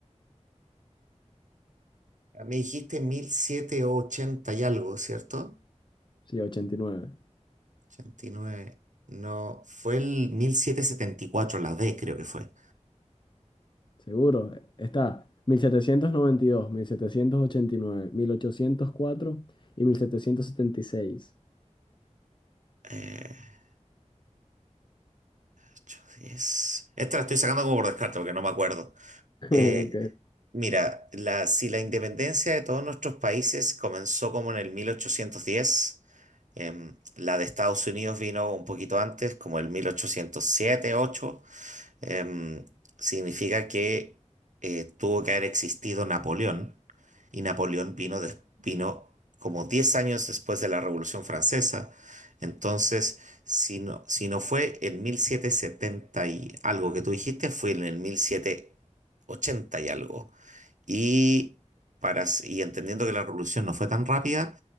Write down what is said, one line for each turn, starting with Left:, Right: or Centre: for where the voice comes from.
Right: Me dijiste mil setecientos ochenta y algo, ¿cierto?
Left: Sí, ochenta y nueve
Right: 89. No, fue el 1774 la D creo que fue.
Left: Seguro. Está mil setecientos noventa y dos mil mil mil setecientos setecientos ochenta y y y nueve mil ochocientos cuatro y mil setecientos setenta 1776.
Right: Eh, 8, 10. Esta la estoy sacando como por descarte porque no me acuerdo.
Left: <laughs>
Right: Eh,
Left: Ok.
Right: mira, la, si la independencia de todos nuestros países comenzó como en el 1810, em, la de Estados Unidos vino un poquito antes, como el 1807 ocho em, significa que eh, tuvo que haber existido Napoleón y Napoleón vino, des- vino como 10 años después de la Revolución Francesa. Entonces, si no, si no fue en mil setecientos setenta y algo que tú dijiste, fue en el mil setecientos ochenta y algo. Y, para, y entendiendo que la revolución no fue tan rápida,